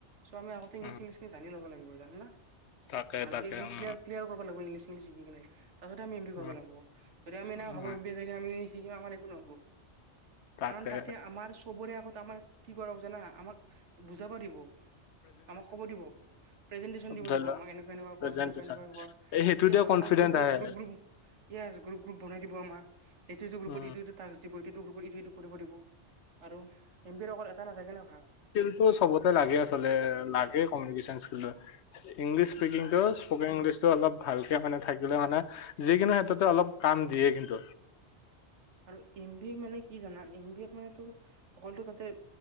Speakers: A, on the right; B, on the left.
A: চ' আমি আগতে ইংলিচ
B: উম
A: সিংলিছ জানি লব লাগিব জানিলা
B: তাকে
A: ভালকে
B: তাকে
A: একদম
B: উম
A: ক্লিয়াৰ ক্লিয়াৰ কৰিব লাগিব ইংলিছ ইংলিছ শিকি কিনে তাৰপিছতে আমি এম বি কৰিব
B: উম
A: লাগিব যদি আমি নাই
B: উম
A: ভাবো এম বি জাগে আমি শিকিম আমাৰ একো নহব
B: তাকে
A: কাৰণ তাতে আমাৰ চবৰে আগত আমাৰ কি কৰিব জানা আমাক বুজাবা দিব আমাক ক'ব দিব প্ৰেজেন্টেশ্যন দিব
B: ধৰি
A: দিব
B: লোৱা
A: আমাক এনেকুৱা এনেকুৱা
B: প্ৰেজেন্টেচন
A: কৰ হেনেকোৱা হেনেকুৱা কৰ
B: এই সেইটোতে
A: সেইটোৱেতো
B: কনফিডেন্ট
A: আমাৰ গ্ৰুপ
B: আহে
A: গ্ৰুপ গ্ৰুপ য়েছ গ্ৰুপ গ্ৰুপ বনাই দিব আমাৰ এটো ইটো গ্ৰুপত
B: উম
A: ইটোত টাক্স দিব ইটো ইটো গ্ৰুপত ইটো ইটো কৰিব দিব আৰু এম বি এৰ অকল এটা নাথাকে না ভাগ।
B: সেইটো চবতে লাগে আচলতে লাগে কমিউনিকেশ্যন স্কিলটো। ইংলিছ স্পকিং টো
A: অ
B: স্পকেন ইংলিছ টো অলপ ভালকে মানে থাকিলে মানে যিকোনো ক্ষেত্ৰতে অলপ কাম দিয়ে কিন্তু।
A: আৰু এম বি এ মানে কি জানা এম বি এত মানে তোৰ অকলো তাতে